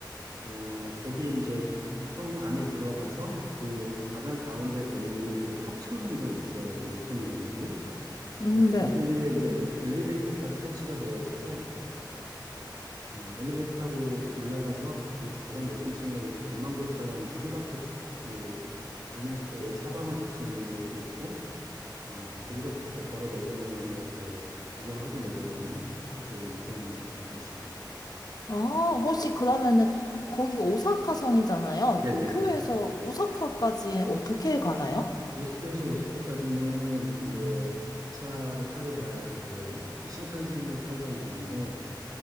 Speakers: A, on the right; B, on the left.
A: 어, 거기에 이제 성 안에 들어가서 그 가장 가운데 건물이 이렇게 탑처럼 좀 있어요. 좀 높은 건물이.
B: 음,
A: 그래서
B: 네.
A: 거기에 이제 엘- 엘리베이터까지 설치가 되어 있어서 어, 엘리베이터 타고 올라가서 그 가장 높은 층에 이렇게 전망대처럼 이렇게 한 바퀴 그 돌면서 이렇게 사방을 볼 수 있는 곳도 있고 어, 거기서부터 이렇게 걸어 내려오면서 이렇게 구경하고 내려오면 딱 좋은 그런 곳도 있습니다.
B: 아, 혹시 그러면은, 거기가 오사카 성이잖아요.
A: 네네.
B: 도쿄에서 오사카까지 어떻게 가나요?
A: 모스크에서 오사카까지는 뭐 기차를 타고 가야 되고요. 그 신칸센으로 타고 가면 되는데